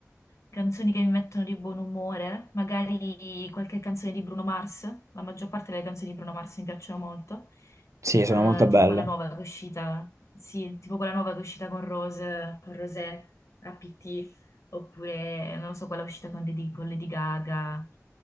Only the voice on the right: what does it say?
Sì, sono
molto belle.